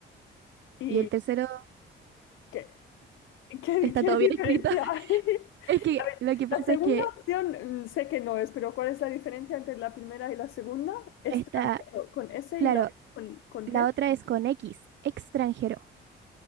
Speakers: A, on the left; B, on the right.
A: ¿Y
B: Y el tercero
A: qué? ¿Qué,
B: Está
A: qué
B: todo
A: diferencia
B: bien escrito. <laughs>
A: hay? <laughs>
B: Es que
A: A ver,
B: lo que pasa
A: la segunda
B: es que
A: opción mm, sé que no es, pero ¿cuál es la diferencia entre la primera y la segunda? Es
B: está,
A: transgénero, con S
B: claro,
A: y la con, ¿con
B: la
A: qué?
B: otra es con X, extranjero.